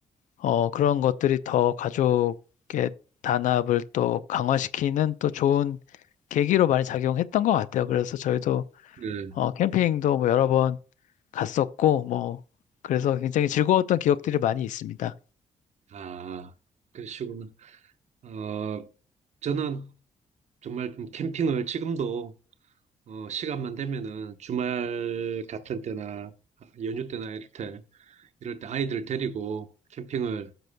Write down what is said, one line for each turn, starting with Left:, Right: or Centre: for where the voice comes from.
Left: 어, 그런 것들이 더 가족의 단합을 또 강화시키는 또 좋은 계기로 많이 작용했던 것 같아요. 그래서 저희도,
Right: 네.
Left: 어, 캠핑도 뭐 여러 번 갔었고, 뭐, 그래서 굉장히 즐거웠던 기억들이 많이 있습니다.
Right: 아, 그러시구나. 어, 저는 정말 좀 캠핑을 지금도 어, 시간만 되면은 주말 같은 때나 연휴 때나 이럴 때, 이럴 때 아이들 데리고 캠핑을